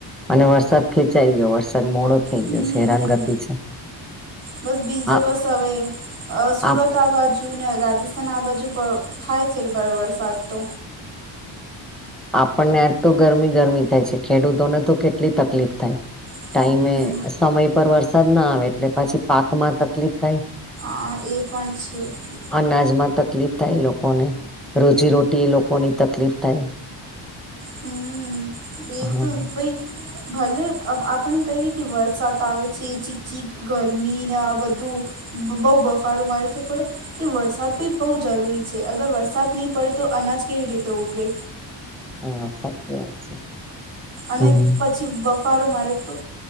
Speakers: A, in the centre; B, on the right.
A: અને વરસાદ ખેંચાઈ ગયો, વરસાદ મોડો થઈ
B: હમ
A: ગયો છે, હેરાનગતિ છે.
B: બસ, બીજે
A: આ
B: બસ, હવે. અ, સુરત
A: આપ
B: આ બાજુ ને, રાજસ્થાન આ બાજુ પણ થાય છે ભ, વરસાદ તો
A: આપણને આજ તો ગરમી ગરમી થાય છે, ખેડૂતોને તો કેટલી તકલીફ થાય.
B: હમ
A: ટાઈમે, સમય પર વરસાદ ના આવે, એટલે પછી પાકમાં તકલીફ થાય.
B: હ, એ પણ છે.
A: અનાજ માં તકલીફ થાય, લોકોને રોજીરોટી, એ લોકોની તકલીફ થાય.
B: હમ
A: હા
B: એ તો ભાઈ. ભલે આ આપણે કહીએ કે વરસાદ આવે છે ચીકચીક ગરમીને આ બધું. બહુ બફારું મારે છે પણ એ વરસાદ ભી બહુ જરૂરી છે અગર વરસાદ નહી પડે તો અનાજ કેવી રીતે ઉગે.
A: હા સાચી વાત છે.
B: અને
A: હમ
B: પછી બફારો મારે તો.